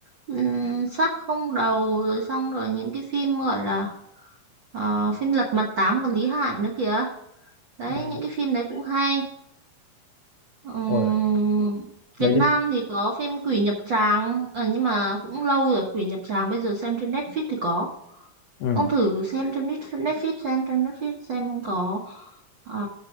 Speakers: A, on the right; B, on the left.
A: Ừm, xác không đầu rồi xong rồi những cái phim gọi là ờ, phim Lật Mặt Tám của Lý Hải nữa kìa đấy
B: Ừ.
A: những cái phim đấy cũng hay Ừm,
B: Ôi, mấy
A: Việt
B: cái
A: Nam thì có phim Quỷ Nhập Tràng ờ, nhưng mà cũng lâu rồi Quỷ Nhập Tràng bây giờ xem trên Netflix thì có
B: ừ.
A: ông thử xem trên Netflix Netflix xem trên Netflix xem có ờ,